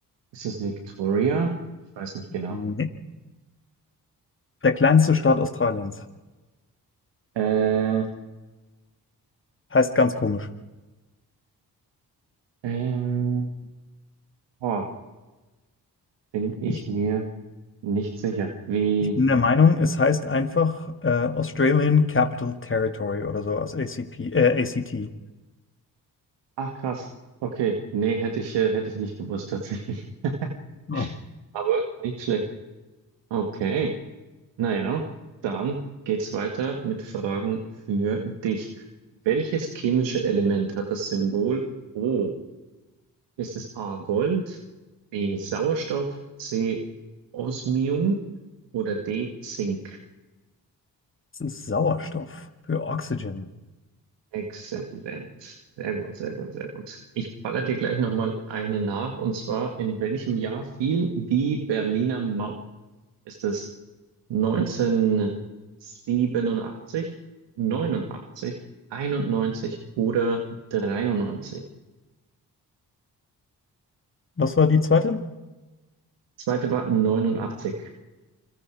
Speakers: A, on the right; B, on the left.
A: ist es Victoria? Ich weiß nicht genau.
B: Nee. Der kleinste Staat Australiens.
A: Äh,
B: Heißt ganz komisch.
A: Ähm, oh, bin ich
B: Ich
A: mir nicht sicher. Wie?
B: Ich bin der Meinung, es heißt einfach äh, Australian Capital Territory oder sowas, ACP, äh, ACT.
A: Ach krass. Okay, nee, hätte ich, äh, hätte ich nicht gewusst tatsächlich. <laughs>
B: Oh,
A: Aber nicht schlecht. Okay, naja, dann geht's weiter mit Fragen für dich. Welches chemische Element hat das Symbol O? Ist es A Gold, B Sauerstoff, C Osmium oder D Zink?
B: das ist Sauerstoff für Oxygen.
A: Exzellent. Sehr gut, sehr gut, sehr gut. Ich baller dir gleich nochmal eine nach. Und zwar, in welchem Jahr fiel die Berliner Mauer? Ist es 1987, 89, 91 oder 93?
B: Was war die zweite?
A: Zweite war 89.